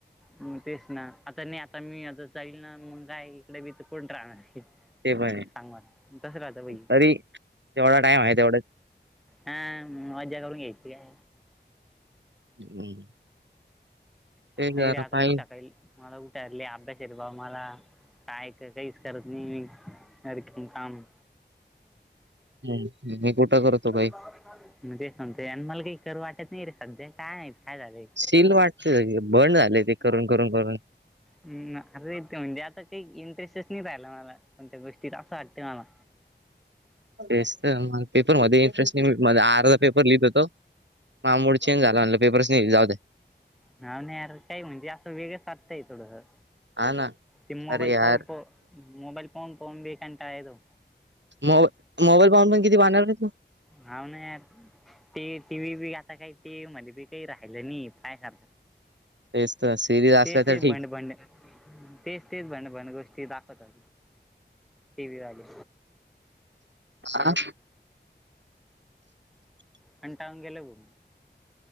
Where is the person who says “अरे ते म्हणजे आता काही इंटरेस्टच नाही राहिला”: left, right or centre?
Centre